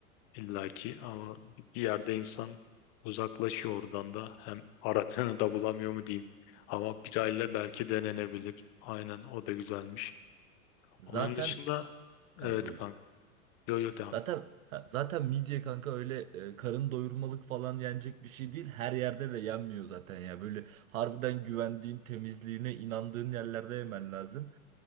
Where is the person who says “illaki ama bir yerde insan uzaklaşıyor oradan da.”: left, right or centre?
Left